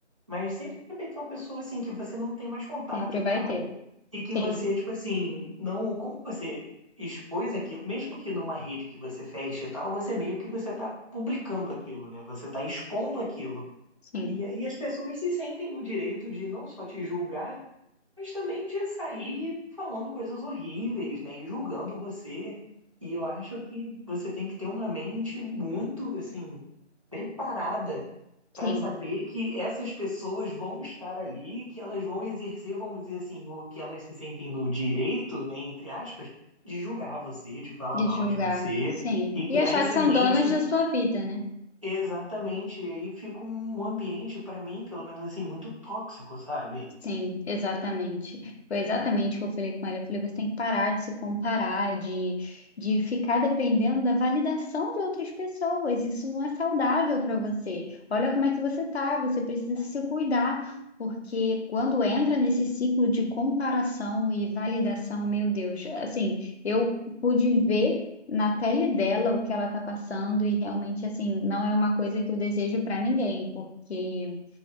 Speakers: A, on the right (about 30°); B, on the left (about 65°).
A: mas sempre vai ter uma pessoa assim que você não tem mais contato
B: Sempre
A: e
B: vai
A: tal,
B: ter.
A: e que
B: Sim,
A: você, tipo assim, não, como você expôs aquilo, mesmo que numa rede que você feche e tal, você meio que você tá publicando aquilo, né? Você tá expondo aquilo.
B: sim,
A: E aí as pessoas se sentem no direito de não só te julgar, mas também de sair falando coisas horríveis, né? E julgando você. E eu acho que você tem que ter uma mente muito, assim, preparada para
B: sim.
A: saber que essas pessoas vão estar ali, que elas vão exercer, vamos dizer assim, o que elas se sentem no direito, né, entre aspas, de julgar você, de falar
B: De
A: mal
B: julgar,
A: de você
B: sim.
A: e criar
B: E achar
A: esse
B: que são
A: ambiente
B: donas da sua vida, né?
A: Exatamente, e aí fica um ambiente, pra mim, pelo menos assim, muito tóxico, sabe?
B: Sim, exatamente. Foi exatamente o que eu falei com ela. Eu falei, você tem que parar de se comparar, de, de ficar dependendo da validação de outras pessoas. Isso não é saudável para você. Olha como é que você tá, você precisa se cuidar, porque quando entra nesse ciclo de comparação e validação, meu Deus, assim, eu pude ver na pele dela o que ela tá passando e realmente, assim, não é uma coisa que eu desejo para ninguém, porque